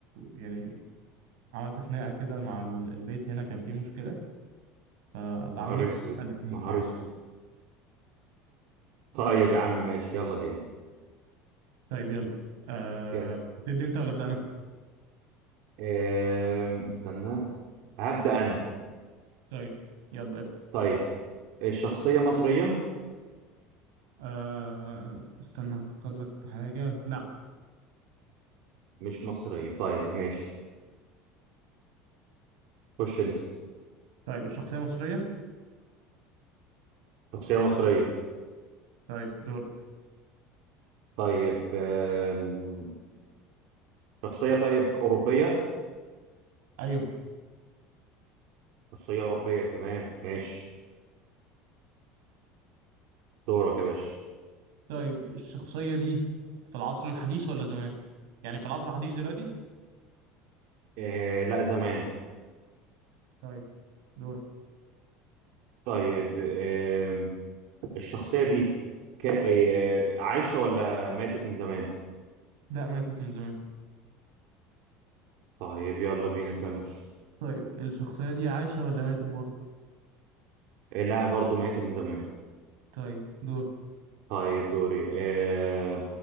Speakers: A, on the right; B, on the right.
A: يعني عملت خناقة كده مع ال- البيت هنا كان فيه مشكلة فتعالى
B: نهار
A: نفس
B: اسود
A: الاتنين
B: نهار
A: تعال
B: اسود طيب يا عم ماشي يلا بينا
A: طيب يلا أه...
B: يلا
A: تبدأ أنت ولا أبدأ أنا؟
B: أم، استنى هبدأ أنا
A: طيب يلا ابدأ
B: طيب الشخصية مصرية
A: أه استنى افكر لك في حاجة لا
B: مش مصرية طيب ماشي خش أنت
A: طيب الشخصية مصرية
B: شخصية مصرية
A: طيب دول
B: طيب أم، شخصية طيب أوروبية
A: ايوه
B: شخصية أوروبية تمام ماشي دورك يا باشا
A: طيب الشخصية دي في العصر الحديث ولا زمان يعني في العصر الحديث دلوقتي
B: أه، لا زمان
A: طيب دور
B: طيب أم، الشخصية دي ك... أه، عايشة ولا ماتت من زمان؟
A: لا ماتت من زمان
B: طيب يلا بينا كمل
A: طيب الشخصية دي عايشة ولا ماتت برضه
B: أه، لا برضو ماتت من زمان
A: طيب دور
B: طيب دوري آه